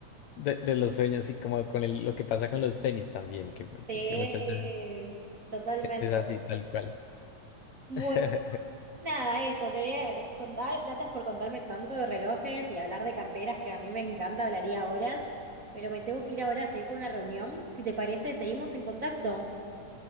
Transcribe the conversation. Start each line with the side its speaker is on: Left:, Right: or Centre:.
Left: De, de los sueños y como con el- lo que pasa con los tenis también, que, que-
Right: Sí,
Left: que muchas veces
Right: totalmente.
Left: es así, tal cual.
Right: Bueno,
Left: <laughs>
Right: nada, eso, te quería contar, gracias por contarme tanto de relojes y hablar de carteras que a mí me encanta, hablaría horas, pero me tengo que ir ahora a seguir con una reunión. Si te parece, seguimos en contacto.